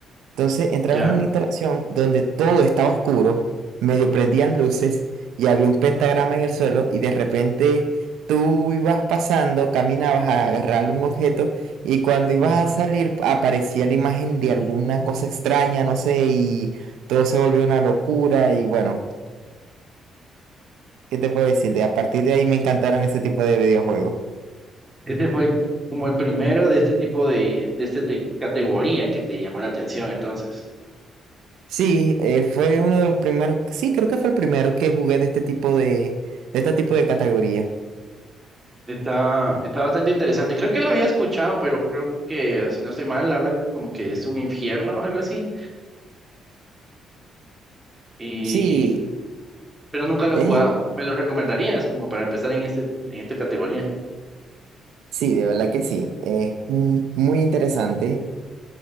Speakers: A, on the right; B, on the right.
A: Entonces entramos
B: ya,
A: en una instalación donde todo estaba oscuro, medio prendían luces y había un pentagrama en el suelo y de repente tú ibas pasando, caminabas a agarrar un objeto y cuando ibas
B: ¿Mm?
A: a
B: ya.
A: salir aparecía la imagen de alguna cosa extraña, no sé, y todo se volvió una locura y bueno, ¿qué te puedo decir? De a partir de ahí me encantaron ese tipo de videojuegos.
B: Este fue como el primero de este tipo de, de esta te- categoría que te llamó la atención, entonces.
A: Sí, eh, fue uno de los primeros, sí, creo que fue el primero que jugué de este tipo de, de este tipo de categoría.
B: Está, está bastante interesante. Creo que lo había escuchado, pero creo que, si no estoy mal, habla como que es un infierno, algo así. Y,
A: Sí,
B: pero nunca lo
A: es,
B: he jugado. ¿Me lo recomendarías como para empezar en este, en esta categoría?
A: Sí, de verdad que sí. Es mu- muy interesante